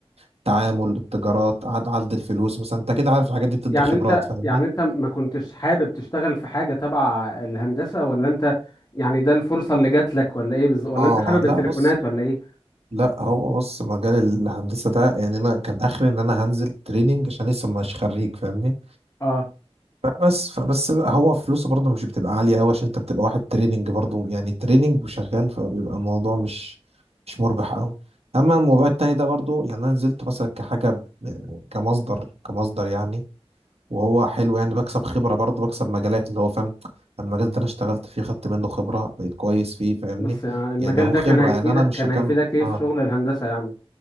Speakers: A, on the right (about 75°); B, on the left (about 25°).
A: التعامل التجارات عد عد الفلوس مثلا انت كده عارف الحاجات دي بتدي
B: يعني
A: خبرات
B: انت
A: فاهمني
B: يعني انت ما كنتش حابب تشتغل في حاجة تبع الهندسة ولا انت يعني ده الفرصة اللي جات لك ولا ايه بالظبط ولا
A: اه
B: انت حابب التليفونات
A: لا بص
B: ولا ايه
A: لا هو بص مجال الهندسة ده يعني أنا كان آخري إن أنا هنزل تريننج عشان لسه مش خريج فاهمني
B: اه
A: فبس فبس بقى هو فلوسه برضه مش بتبقى عالية أوي عشان أنت بتبقى واحد تريننج برضه يعني تريننج وشغال فبيبقى الموضوع مش مش مربح أوي أما الموضوع التاني ده برضه يعني أنا نزلت مثلا كحاجة يعني كمصدر كمصدر يعني وهو حلو يعني بكسب خبرة برضه بكسب مجالات اللي هو فاهم المجال ده أنا اشتغلت فيه خدت منه خبرة بقيت كويس فيه فاهمني
B: بس يعني المجال
A: يعني هو
B: ده
A: خبرة
B: كان هيفيدك
A: يعني أنا مش
B: كان
A: هكمل
B: هيفيدك ايه
A: آه.
B: في شغل الهندسة يعني